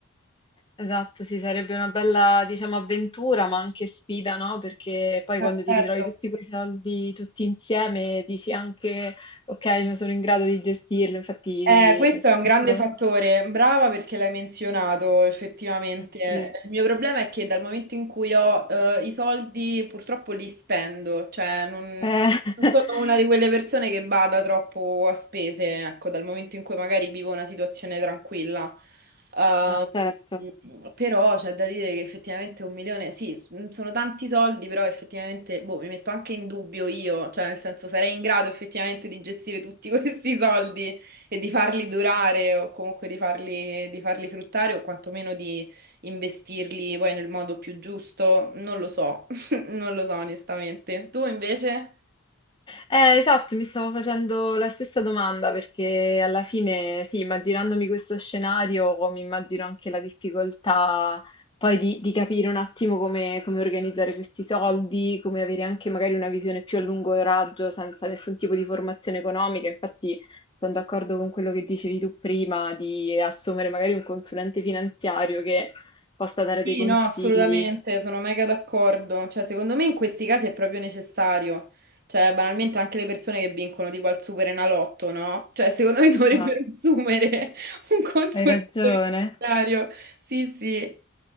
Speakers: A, on the left; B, on the right.
A: Esatto, sì, sarebbe una bella, diciamo, avventura, ma anche sfida, no? Perché poi
B: Ma
A: quando
B: certo.
A: ti ritrovi tutti quei soldi tutti insieme, dici anche, ok, non sono in grado di gestirlo, infatti
B: Eh, questo
A: sono
B: è un grande
A: molto...
B: fattore, brava perché l'hai menzionato effettivamente.
A: Eh sì.
B: Il mio problema è che dal momento in cui ho eh, i soldi purtroppo li spendo, cioè non,
A: Eh,
B: non
A: <laughs>
B: sono una di quelle persone che bada troppo a spese, ecco, dal momento in cui magari vivo una situazione tranquilla. Ehm,
A: ah, certo.
B: però c'è da dire che effettivamente un milione, sì, sono tanti soldi, però effettivamente boh, mi metto anche in dubbio io, cioè nel senso sarei in grado effettivamente di gestire tutti <laughs> questi soldi. <laughs> e di farli durare o comunque di farli, di farli fruttare o quantomeno di investirli poi nel modo più giusto, non lo so, <laughs> non lo so onestamente. Tu invece?
A: Eh, esatto, mi stavo facendo la stessa domanda perché alla fine, sì, immaginandomi questo scenario, mi immagino anche la difficoltà poi di, di capire un attimo come, come organizzare questi soldi, come avere anche magari una visione più a lungo raggio senza nessun tipo di formazione economica. Infatti sono d'accordo con quello che dicevi tu prima di assumere magari un consulente finanziario che possa dare
B: Sì,
A: dei consigli.
B: no, assolutamente, sono mega d'accordo. Cioè, secondo me in questi casi è proprio necessario. Cioè, banalmente anche le persone che vincono tipo al Superenalotto, no? Cioè, secondo me dovrebbero
A: Ah,
B: <laughs> assumere un consulente
A: hai ragione.
B: finanziario. Sì, sì.